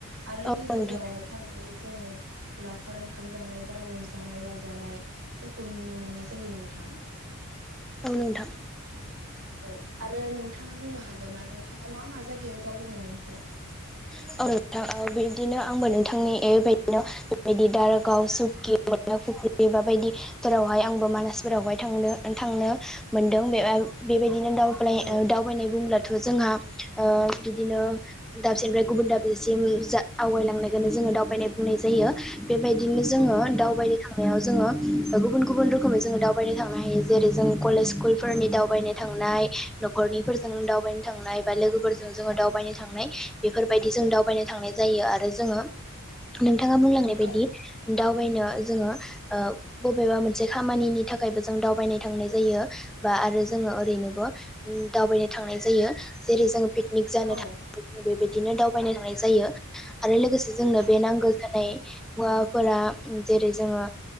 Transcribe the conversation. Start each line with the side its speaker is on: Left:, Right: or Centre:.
Right: आरो
Centre: औ
Right: बै जायगायावहाय।
Centre: नोंथां
Right: थांनानै जोङो लावखार ओंखाम जानाय बा रंजानाय बाजानाय। फोरखौ नुनो मोननाय जायो नोंथां।
Centre: औ नोंथां।
Right: औ आरो नोंथाङा बुंनो हागोन ना नोंथाङा मा मा जायगायाव दावबायनो मोनखो।
Centre: <inaudible> औ नोंथां औ बिदिनो आंबो नोंथांनि ए बेबायदिनो बेबायदि दारागाव सुखि फुख्रि बा बायदि। फोरावहाय आंबो मानासफोरावहाय थांदों थांनो मोनदों बे बेबायदिनो दाउ ओ
Right: औ
Centre: दावबायनाय बुङोब्लाथ' जोंहा ओ बिदिनो। दाबसेनिफ्राय गुबुन दाबसेसिम जा आवगायलांनायखौनो जोङो दावबायनाय बुंनाय जायो। बेबायदिनो जोङो
Right: औ थारैनो
Centre: दावबायनो
Right: नोंथां
Centre: थांनायाव। जोङो गुबुन गुबुन रोखोमै जोङो दावबायनो थांनो हायो जेरै जों कलेज स्कुलफोरनि दावबायनो थांनाय। न'खरनिफोरजों दावबायनो थांनाय बा लोगोफोरजों जोङो दावबायनो थांनाय। बेफोरबायदि जों दावबायनो थांनाय जायो आरो जोङो नोंथाङा बुंलांनाय बायदि
Right: औ
Centre: दावबायनो जोङो। ओ बबेबा मोनसे खामानिनि थाखायबो जों दावबायनो थांनाय जायो। बा आरो जोङो ओरैनोबो दावबायनो थांनाय जायो जेरै जोङो पिकनिक जानो
Right: औ
Centre: थाख बिदिनो दावबायनो थांनाय जायो आरो लोगोसे जोंनो
Right: औ थारैनो
Centre: बे नांगौ
Right: नोंथां
Centre: जानाय मुवाफोरा जेरै जोङो